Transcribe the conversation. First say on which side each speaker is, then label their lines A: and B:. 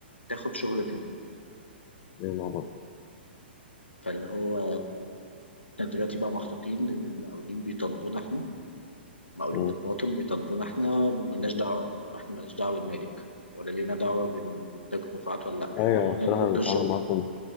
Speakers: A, on the left; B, on the left.
A: تاخد شغل مننا
B: أيوه مع
A: فاللي هو احنا دلوقتي بقى محطوطين ان المقاولين بيطالبونا احنا مقاولين
B: بعض.
A: الباطن بيطالبونا احنا مالناش دعوه احنا مالناش دعوه بالمالك ولا لينا دعوه بالدكتور فؤاد ولا لا
B: ايوه
A: احنا عملنا
B: بصراحه
A: لكم انتوا
B: بيتعاملوا
A: الشغل
B: معاكم